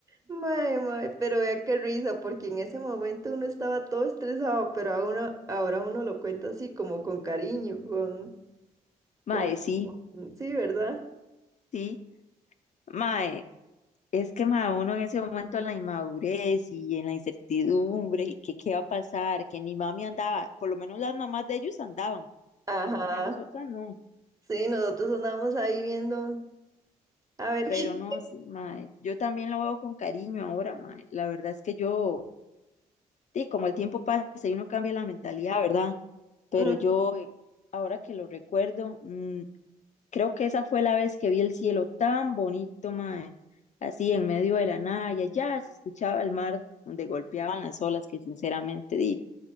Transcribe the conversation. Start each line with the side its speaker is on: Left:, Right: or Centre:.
Right: Mae, mae, pero vea qué risa, porque en ese momento uno estaba todo estresado, pero a uno- ahora uno lo cuenta así como con cariño, con,
Left: Mae,
Right: como,
Left: sí,
Right: sí, ¿verdad?
Left: sí. Mae, es que mae, uno en ese momento en la inmadurez y en la incertidumbre, y que qué va a pasar, que ni mami andaba, por lo menos las mamás de ellos andaban,
Right: Ajá,
Left: pero la mamá de nosotras no.
Right: sí, nosotros andábamos ahí viendo, a ver
Left: Pero
Right: qué,
Left: no, sí, mae, yo también lo veo con cariño ahora, mae. La verdad es que yo, sí, como el tiempo pasa y uno cambia la mentalidad, ¿verdad? Pero
Right: <laughs>
Left: yo,
Right: mm,
Left: eh, ahora que lo recuerdo, mm, creo que esa fue la vez que vi el cielo tan bonito, mae, así en medio de la nada y allá se escuchaba el mar donde golpeaban las olas, que sinceramente, di,